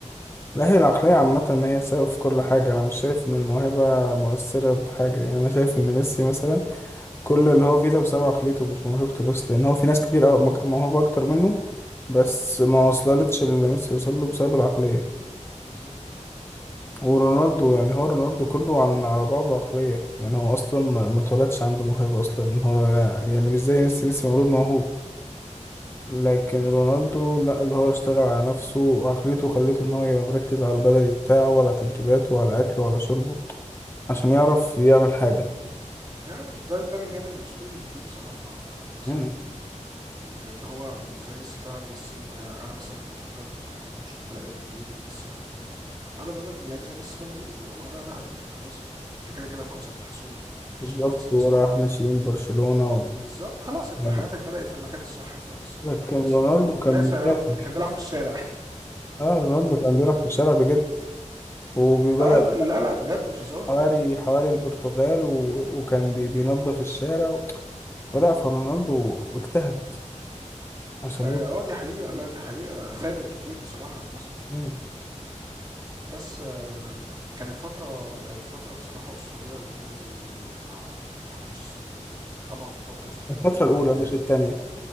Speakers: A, on the left (about 20°); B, on the right (about 30°).
A: لا هي العقلية عامة هي السبب في كل حاجة أنا مش شايف إن الموهبة مؤثرة بحاجة يعني أنا شايف إن ميسي مثلا كل اللي هو فيه ده بسبب عقليته مش موهبته بس لأن هو في ناس كتير أوي مج- موهوبة أكتر منه بس ما وصلتش اللي ميسي وصل له بسبب العقلية
B: بالظبط
A: ورونالدو يعني هو رونالدو كله عن على بعضه عقلية يعني هو أصلا ما ما اتولدش عنده موهبة أصلا هو يعني مش زي ميسي ميسي مولود موهوب لكن
B: م-
A: رونالدو لا اللي هو اشتغل على نفسه وعقليته خلته إن هو يبقى مركز على البدني بتاعه وعلى تدريباته وعلى أكله وعلى شربه عشان يعرف يعمل حاجة
B: يعني ده ده الجانب الأسطوري اللي فيه بصراحة هندسة
A: مم.
B: يعني لأن هو مش زي ميسي فعلا ميسي م- أنا مثلا كمشجع لكرة القدم شفت لعيبة كتير وميسي واحد منهم أقدر أقول لك إن لعيب زي ميسي ده مولود وفوقه معلقة ذهب يعني خلاص أنت أنت كده كده فرصك محسومة مفيش
A: بالظبط
B: منافسة
A: وراح
B: أصلا
A: ناشئين برشلونة و...
B: بالظبط خلاص انت
A: يعني
B: حياتك بدأت في المكان الصح في الوقت الصح
A: لكن
B: انما كريستيانو
A: رونالدو
B: رونالدو
A: كان
B: قاسى
A: بيكافح
B: يا راجل كان بيلعب في الشارع <laughs>
A: اه رونالدو كان بيلعب في الشارع بجد وبدأ
B: اه لا لا بجد مش هزار
A: حواري حواري البرتغال و... وكان بي... بينظف الشارع ولا فرونالدو واجتهد عشان
B: اه
A: يوصل
B: آه، دي حقيقة لا دي حقيقة ثابر كتير بصراحة يا هندسة
A: مم.
B: بس آه كانت فترة كانت فترة بصراحة أسطورية لرونالدو مع مع مانشستر يونايتد طبعا فترة أسطورية
A: الفترة الأولى
B: تالية
A: مش
B: يعني
A: التانية